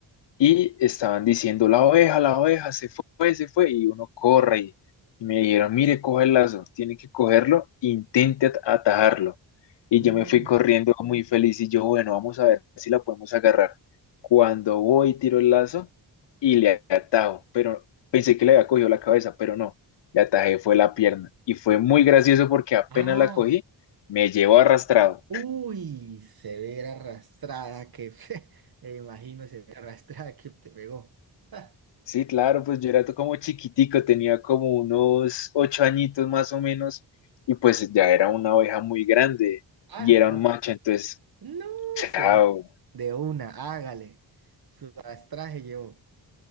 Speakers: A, on the left; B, on the right.
A: Y estaban diciendo, la oveja, la oveja, se fue, se fue. Y uno corre y, y me dijeron, mire, coge el lazo, tiene que cogerlo, intente at- atajarlo. Y
B: Mm,
A: yo me fui corriendo muy feliz y yo, bueno, vamos a ver si la podemos agarrar. Cuando voy, tiro el lazo y le atajo, pero pensé que le había cogido la cabeza, pero no, le atajé fue la pierna. Y fue muy gracioso porque apenas
B: ah,
A: la cogí, me llevó arrastrado.
B: uy, se ve la arrastrada que <laughs> me imagino se ve la arrastrada que te pegó. <laughs>
A: Sí, claro, pues yo era to- como chiquitico, tenía como unos ocho añitos más o menos, y pues ya era una oveja muy grande
B: Ah,
A: y era
B: no,
A: un macho, entonces,
B: no
A: chao,
B: sé, de una, hágale. Su arrastraje llevó.